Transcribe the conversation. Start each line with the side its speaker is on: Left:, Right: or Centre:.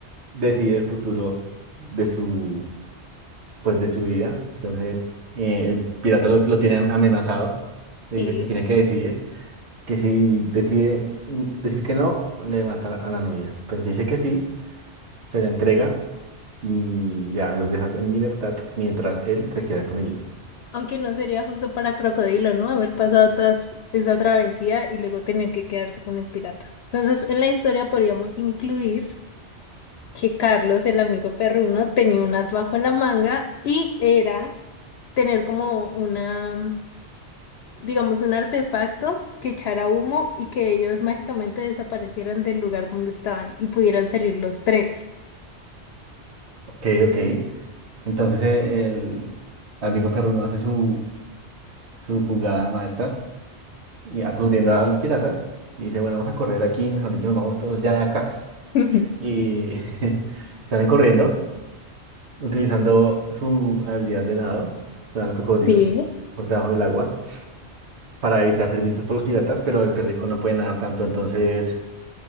Right: decidir el futuro de su, pues, de su vida. Entonces, eh, el pirata lo, lo tiene amenazado. Le
Left: Sí.
Right: dice que tiene que decidir, que si decide mm, decir que no, le mata a la novia. Pero si dice que sí, se la entrega y ya los deja en libertad mientras él se queda con ellos.
Left: Aunque no sería justo para Crocodilo, ¿no? Haber pasado toda esa travesía y luego tener que quedarse con el pirata. Entonces, en la historia podríamos incluir que Carlos, el amigo perruno, tenía un as bajo la manga y era tener como una, digamos, un artefacto que echara humo y que ellos mágicamente desaparecieran del lugar donde estaban y pudieran salir los tres.
Right: Ok, ok. Entonces, eh, el amigo perruno hace su, su jugada maestra y aturdiendo a los piratas. Y dice, bueno, vamos a correr aquí, mejor dicho, nos vamos todos ya de acá.
Left: <laughs>
Right: Y <laughs> salen corriendo, utilizando su habilidad de nado, se dan los cocodrilos
Left: Sí.
Right: por debajo del agua, para evitar ser vistos por los piratas, pero el perrico no puede nadar tanto, entonces